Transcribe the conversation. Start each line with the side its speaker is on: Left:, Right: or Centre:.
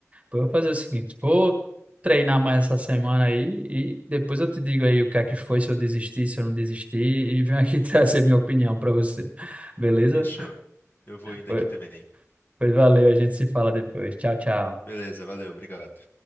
Right: Eu vou fazer o seguinte, vou treinar mais essa semana aí e depois eu te digo aí o que é que foi, se eu desisti, se eu não desisti e venho aqui <laughs> trazer minha opinião para você. Beleza?
Left: Fechou. Eu vou indo
Right: Pois
Left: aqui também.
Right: pois valeu, a gente se fala depois. Tchau, tchau.
Left: Beleza, valeu, obrigado.